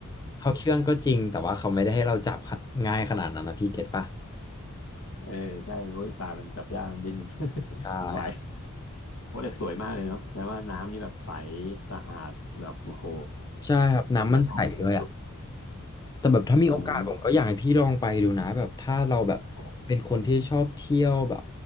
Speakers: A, on the left; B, on the left.
A: เขาเชื่องก็จริงแต่ว่าเขาไม่ได้ให้เราจับง่ายขนาดนั้นนะพี่เก็ตปะ
B: เออใช่โอ้ยปลามันจับยากมันดิ้น <laughs>
A: ใช่
B: มันไวโอ้แต่สวยมากเลยเนาะแต่ว่าน้ำนี่แบบใสสะอาดแบบโอ้โห
A: ใช่ครับน้ำมันใสด้วยอ่ะ
B: ธรรมชาติสุด
A: แต่แบบถ้ามีโอกาสผมก็อยากให้พี่ลองไปดูนะแบบถ้าเราแบบเป็นคนที่ชอบเที่ยวแบบ
B: ๆอืมโอ้